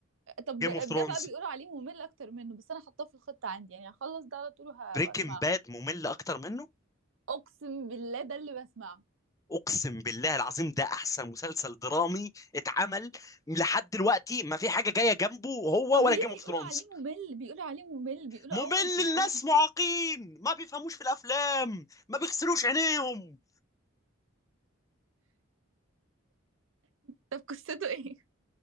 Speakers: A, on the right (about 70°); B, on the left (about 15°).
A: طب
B: جيم اوف
A: ده
B: ثرونز
A: بقى بيقولوا عليه ممل اكتر منه بس انا حاطاه في الخطه عندي يعني هخلص ده على طول وه-
B: بريكن
A: وهسمعه
B: باد ممل اكتر منه
A: اقسم بالله ده اللي بسمعه
B: اقسم بالله العظيم ده احسن مسلسل درامي اتعمل لحد دلوقتي ما في حاجه جايه جنبه هو
A: طب
B: ولا
A: ليه
B: جيم اوف
A: بيقولوا
B: ثرونز
A: عليه ممل بيقولوا عليه ممل بيقولوا
B: ممل
A: اول
B: الناس
A: اول
B: معاقين ما بيفهموش في الافلام ما بيغسلوش عينيهم
A: طب قصته ايه؟